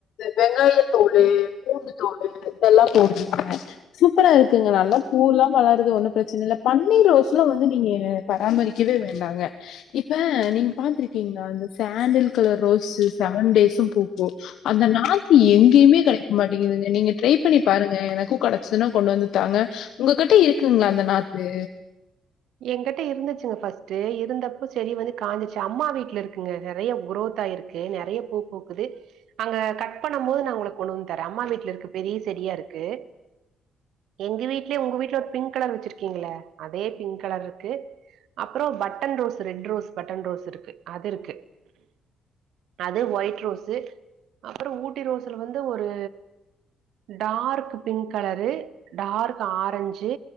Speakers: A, on the left (about 75°); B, on the right (about 80°).
A: வெங்காய தோலு பூண்டு தோலு இதல்லா போடுவிங்க சூப்பரா இருக்குங்க நல்லா பூல்லா வளருறது ஒன்னு பிரச்சன இல்ல பன்னீர் ரோஸ்ல வந்து நீங்க பராமரிக்கவே வேண்டாங்க இப்ப நீங்க பாத்ருக்கீங்ளா இந்த sandal colour rose seven days பூக்கு அந்த நாத் எங்கியுமே கடைக் மாட்டிங்குது தூங்க நீங்க ட்ரை பண்ணி பாருங்க எனக்கு கடச்சிதுனா கொண்டு வந்து தாங்க உங்ககுட்ட இருக்குங்ளா அந்த நாத்து
B: ஏங்கெட்ட இருந்துச்சுங்க ஃபர்ஸ்ட்டு இருந்தப்ப செடி வந்து காஞ்சுச்சு அம்மா வீட்ல இருக்குங்க நெறைய குரோத் ஆயிருக்கு து நெறைய பூ பூக்குது அங்க கட் பண்ணமோது நா உங்குளுக் கொண்டு வந் தர அம்மா வீட்ல இருக்கு பெரிய செடியா இருக்கு எங்கு வீட்லே உங்க வீட்ல ஒரு பிங்க் கலர் வச்சிருக்கீங்ளே அதே பிங்க் கலர்ருக்கு அப்புறோ button rose red rose button ரோஸ்ருக்கு அது இருக்கு அது ஒயிட் ரோஸு அப்புற ஊட்டி ரோஸுல வந்து ஒரு dark pink colour dark orange